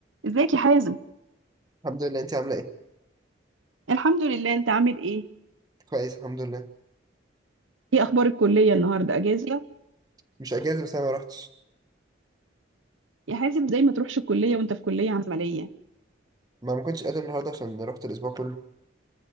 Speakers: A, on the right (about 85°); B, on the right (about 20°).
A: ازيك يا حازم
B: الحمد لله انت عامله ايه
A: الحمد لله انت عامل ايه
B: كويس الحمد لله
A: ايه اخبار الكليه النهارده اجازه
B: مش اجازه بس انا ما روحتش
A: يا حازم زي ما تروحش الكليه وانت في كليه عمليه
B: ما ما كنتش قادر النهارده عشان رحت الاسبوع كله